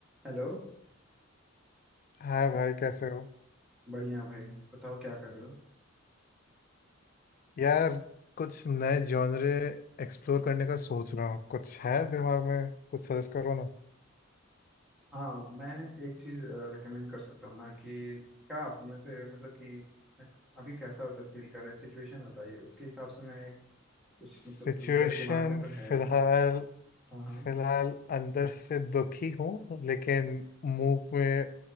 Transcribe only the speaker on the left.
हाय भाई कैसे हो
यार कुछ नए जॉनरे एक्सप्लोर करने का सोच रहा हूँ कुछ है दिमाग में कुछ सजेस्ट करो ना
सिचुएशन
फिलहाल
फिलहाल अंदर से दुखी हूँ लेकिन मुंह में